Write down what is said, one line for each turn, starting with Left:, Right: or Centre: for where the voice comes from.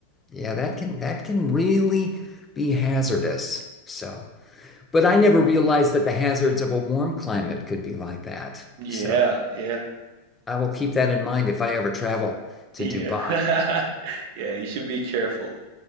Left: yeah, that can that can really be hazardous. So, but I never realized that the hazards of a warm climate could be like that.
Right: Yeah,
Left: So
Right: yeah,
Left: I will keep that in mind if I ever travel to
Right: yeah.
Left: Dubai.
Right: <laughs> Yeah, you should be careful.